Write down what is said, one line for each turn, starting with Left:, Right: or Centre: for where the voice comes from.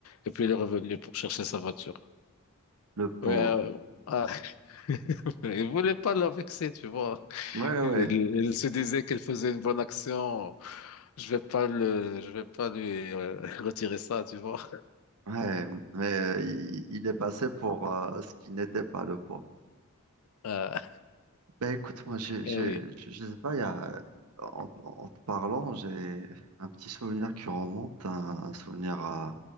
Left: Et puis il est revenu pour chercher sa voiture.
Right: Le pauvre.
Left: Ouais, euh, ah, <laughs> il voulait pas la vexer, tu vois.
Right: Ouais,
Left: Il,
Right: ouais.
Left: il se disait qu'elle faisait une bonne action. Je vais pas le, je vais pas lui euh, <laughs> retirer ça, tu vois.
Right: Ouais. Mais euh, il, il est passé pour euh, ce qui n'était pas le pauvre.
Left: Euh,
Right: Ben écoute, moi, j'ai,
Left: eh
Right: j'ai,
Left: oui.
Right: je je sais pas, il y a, en, en te parlant, j'ai un petit souvenir qui remonte, un, un souvenir, euh,